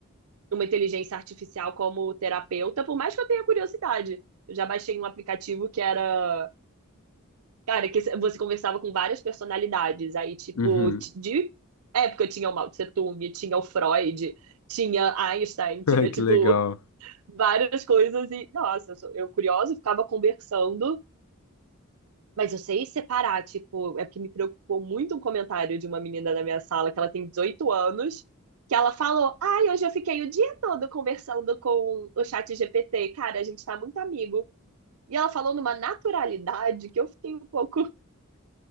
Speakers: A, on the right; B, on the left.
A: numa inteligência artificial como terapeuta, por mais que eu tenha curiosidade. Eu já baixei um aplicativo que era. Cara, que você conversava com várias personalidades. Aí, tipo,
B: Uhum.
A: de época tinha o Mao Tse Tung, tinha o Freud, tinha Einstein,
B: <laughs>
A: tinha,
B: Ai, que
A: tipo,
B: legal.
A: várias coisas. E, nossa, eu, sou, eu curiosa, ficava conversando mas eu sei separar, tipo, é porque me preocupou muito um comentário de uma menina da minha sala, que ela tem 18 anos, que ela falou: Ai, hoje eu fiquei o dia todo conversando com o chat GPT, cara, a gente tá muito amigo. E ela falou numa naturalidade que eu fiquei um pouco. <laughs>